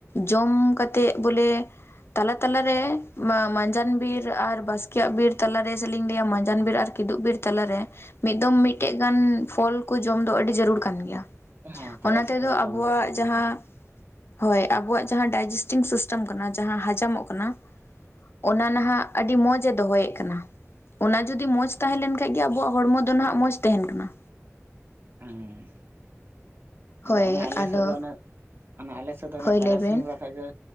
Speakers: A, on the left; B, on the right.
A: ᱡᱚᱢ ᱠᱟᱛᱮᱫ ᱵᱚᱞᱮ ᱛᱟᱞᱟ ᱛᱟᱞᱟᱨᱮ ᱢᱟ ᱢᱟᱡᱟᱱ ᱵᱤᱨ ᱟᱨ ᱵᱟᱥᱠᱮᱭᱟᱜ ᱵᱮᱨ ᱛᱟᱞᱟᱨᱮ ᱥᱮ ᱞᱤᱧ ᱞᱟᱹᱭᱟ ᱢᱟᱡᱟᱱ ᱵᱮᱨ ᱟᱨ ᱠᱤᱫᱩᱵ ᱵᱤᱨ ᱛᱟᱞᱟᱨᱮ ᱢᱤᱫ ᱫᱚᱢ ᱢᱤᱫᱴᱮᱡ ᱜᱟᱱ ᱯᱷᱚᱞ ᱠᱚ ᱡᱚᱢ ᱫᱚ ᱟᱹᱰᱤ ᱡᱟᱹᱨᱩᱲ ᱠᱟᱱ ᱜᱮᱭᱟ
B: ᱦᱮᱸ ᱛᱟᱨᱟᱥᱤᱧ
A: ᱚᱱᱟ ᱛᱮᱫᱚ
B: ᱵᱮᱲᱟ ᱡᱚᱢ
A: ᱟᱵᱚᱣᱟᱜ
B: ᱫᱚ ᱟᱹᱰᱤ ᱡᱟᱹᱨᱩᱲ
A: ᱡᱟᱦᱟᱸ
B: ᱦᱮᱸ
A: ᱦᱳᱭ ᱟᱵᱚᱣᱟᱜ ᱡᱟᱦᱟᱸ ᱰᱟᱭᱡᱮᱥᱴᱤᱝ ᱥᱤᱥᱴᱮᱢ ᱠᱟᱱᱟ᱾ ᱡᱟᱦᱟᱸ ᱦᱟᱡᱟᱢᱚᱜ ᱠᱟᱱᱟ᱾ ᱚᱱᱟ ᱱᱟᱦᱟᱜ ᱟᱹᱰᱤ ᱢᱚᱸᱡᱽ ᱮ ᱫᱚᱦᱚᱭᱮᱫ ᱠᱟᱱᱟ᱾ ᱚᱱᱟ ᱡᱩᱫᱤ ᱢᱚᱸᱡᱽ ᱛᱟᱦᱮᱸ ᱞᱮᱱ ᱠᱷᱟᱱ ᱦᱚᱲᱢᱚ ᱫᱚ ᱱᱟᱜ ᱢᱚᱸᱡᱽ ᱛᱟᱸᱦᱮᱱ ᱠᱟᱱᱟ᱾
B: ᱦᱮᱸ ᱟᱫᱚ
A: ᱦᱳᱭ
B: ᱚᱱᱮ ᱟᱞᱮ
A: ᱟᱫᱚ
B: ᱥᱮᱫ ᱫᱚ ᱚᱱᱮ ᱚᱱᱮ ᱟᱞᱮ ᱥᱮᱫ ᱫᱚ ᱚᱱᱮ
A: ᱦᱳᱭ
B: ᱛᱟᱨᱟᱥᱤᱧ
A: ᱞᱟᱹᱭ ᱵᱮᱱ
B: ᱵᱟᱲᱟ ᱠᱷᱟᱡ ᱜᱮ